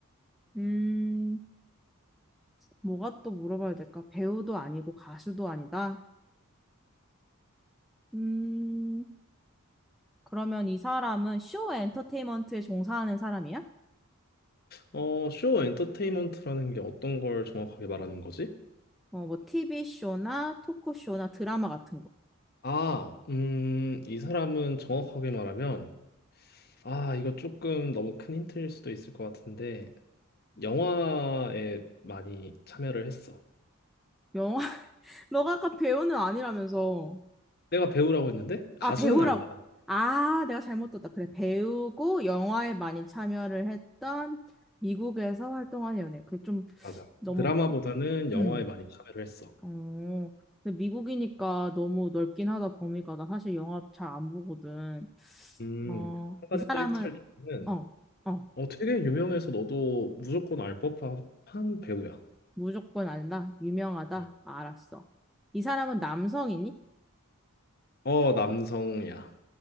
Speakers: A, in the centre; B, on the left.
A: 음, 뭐가 또 물어봐야 될까? 배우도 아니고 가수도 아니다. 음, 그러면 이 사람은 쇼 엔터테인먼트에 종사하는 사람이야?
B: 어, 쇼 엔터테인먼트라는 게 어떤 걸 정확하게 말하는 거지?
A: 어, 뭐 TV쇼나 토크쇼나 드라마 같은 거.
B: 아, 음, 이 사람은 정확하게 말하면, 아, 이거 조금 너무 큰 힌트일 수도 있을 것 같은데, 영화에 많이 참여를 했어.
A: 영화, <laughs> 너가 아까 배우는 아니라면서.
B: 내가 배우라고 했는데,
A: 아,
B: 가수는
A: 배우라고.
B: 아니야.
A: 아, 내가 잘못 들었다. 그래, 배우고 영화에 많이 참여를 했던 미국에서 활동하는 연예. 그게 좀
B: 맞아.
A: 너무,
B: 드라마보다는 영화에
A: 음...
B: 많이 참여를 했어.
A: 어, 근데 미국이니까 너무 넓긴 하다, 범위가. 나 사실 영화 잘 안 보거든.
B: 음,
A: 어,
B: 한 가지
A: 이 사람은,
B: 또 힌트를 주면,
A: 어, 어,
B: 어, 되게 유명해서 너도 무조건 알 법한 배우야.
A: 무조건 안다. 유명하다.
B: 응.
A: 알았어. 이 사람은 남성이니?
B: 어, 남성이야.